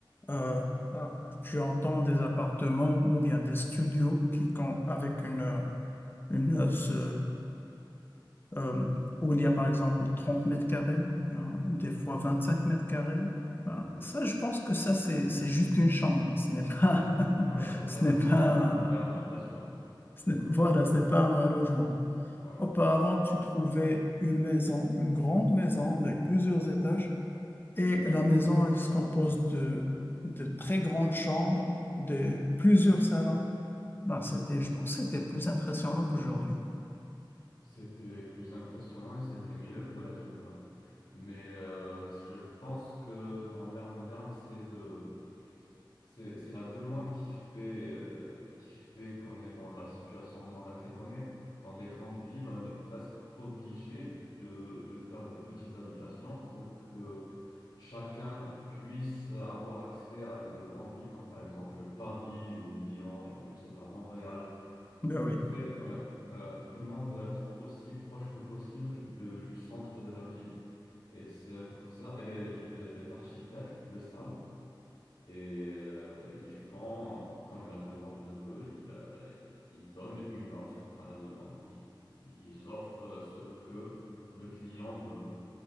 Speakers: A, on the left; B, on the left.
A: Euh, ah, tu entends des appartements ou bien des studios qui, quand, avec une, euh, une euh, ce- euh, où il y a par exemple 30 mètres carrés, ou bien des fois 25 mètres carrés. Ben,
B: oui.
A: ça, je pense que ça, c'est, c'est juste une chambre. Ce n'est pas, <laughs>
B: Ouais, c'est
A: ce
B: pas un
A: n'est pas,
B: vrai, une vraie habitation, oui.
A: ce n'est- voilà, ce n'est pas un vrai logement.
B: Ouais,
A: Auparavant,
B: et c'est-
A: tu trouvais une maison, une grande maison avec plusieurs étages. Et
B: oui,
A: la maison, elle se compose de, de très grandes chambres, de plusieurs salons. Ben, c'était,
B: oui.
A: je pense que c'était plus impressionnant qu'aujourd'hui.
B: C'était plus impressionnant et c'était mieux pour l'être humain. Mais euh, je pense que dans l'ère moderne, c'est le, c'est, c'est la demande qui fait, euh, qui fait qu'on est dans la situation dans laquelle on est. Dans les grandes villes, on est presque obligé de, de faire des petites habitations pour que chacun puisse avoir accès à de grandes villes comme par exemple Paris ou Lyon ou je sais pas, Montréal.
A: Ben oui.
B: Le fait, ouais, euh, tout le monde veut être aussi proche que possible de, du centre de la ville. Et c'est pour ça, et les, euh, les architectes le savent et euh, ils font comme la demande le veut, ils, euh, ils donnent une offre à la demande. Ils, ils offrent ce que le client veut.